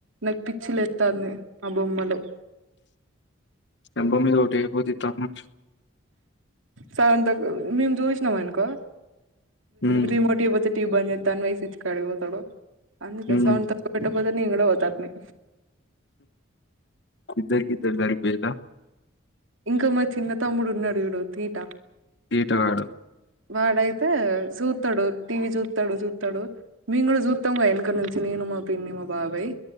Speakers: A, on the right (about 80°); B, on the left (about 60°).
A: నాకు పిచ్చి లేస్తది ఆ బొమ్మలు
B: చెంప మీద ఒకటి పొతే ఇటు రమ్మను
A: సౌండ్ తక్కువ మేం చూసినామనుకో
B: హ్మ్
A: రిమోట్ టీవీ పనిచేస్తామని స్విచ్ కాడకి పోతాడు అందుకే
B: హ్మ్
A: సౌండ్ తక్కువ నింగ్ కూడా పోతారునే
B: ఇద్దరికి ఇద్దరు సరిపోయారా
A: ఇంకా మా చిన్న తమ్ముడు ఉన్నాడు చూడు తీట
B: ఈట గాడు
A: వాడైతే చూస్తాడు టీవీ చూస్తాడు చూస్తాడు మేము కూడా చూస్తాము వెనక నుంచి నేను మా పిన్ని మా బాబాయ్